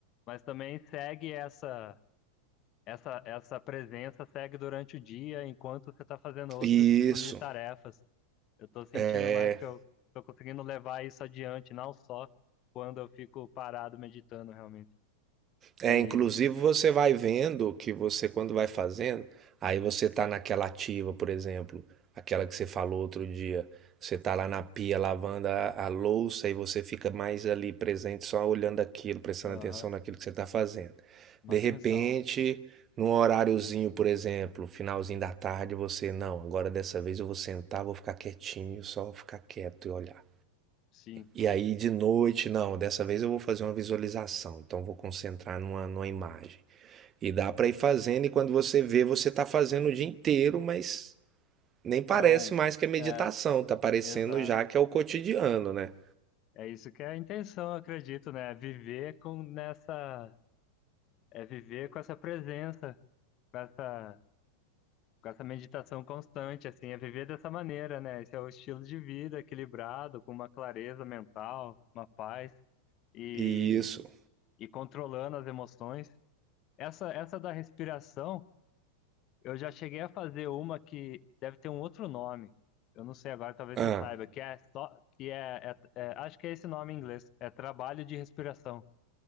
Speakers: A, on the left; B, on the right.
A: Mas também segue essa essa essa presença segue durante o dia enquanto você está fazendo outros
B: isso.
A: tipos de tarefas. Eu estou sentindo
B: É,
A: mais que eu estou conseguindo levar isso adiante, não só quando eu fico parado meditando realmente.
B: É,
A: E
B: inclusive você vai vendo que você, quando vai fazendo, aí você tá naquela ativa, por exemplo, aquela que você falou outro dia. Você tá lá na pia lavando a, a louça e você fica mais ali presente, só olhando aquilo, prestando
A: aham,
B: atenção naquilo que você tá fazendo.
A: uma
B: De
A: tensão,
B: repente,
A: né?
B: num horáriozinho, por exemplo, finalzinho da tarde, você, não, agora dessa vez eu vou sentar, vou ficar quietinho, só ficar quieto e olhar.
A: Sim,
B: E aí de noite, não, dessa vez eu vou fazer uma visualização, então vou concentrar numa, numa imagem. E dá para ir fazendo, e quando você vê, você tá fazendo o dia inteiro, mas nem parece
A: é um
B: mais que é meditação,
A: é,
B: tá parecendo
A: exato.
B: já que é o cotidiano, né?
A: É isso que é a intenção, eu acredito, né? É Viver com nessa, é viver com essa presença, com essa, com essa meditação constante, assim, é viver dessa maneira, né? Esse é o estilo de vida equilibrado, com uma clareza mental, uma paz e,
B: E isso.
A: e controlando as emoções. Essa, essa da respiração, eu já cheguei a fazer uma que deve ter um outro nome. Eu não sei agora, talvez
B: Ah,
A: você saiba, que é só, que é, é, é acho que é esse nome em inglês, é trabalho de respiração.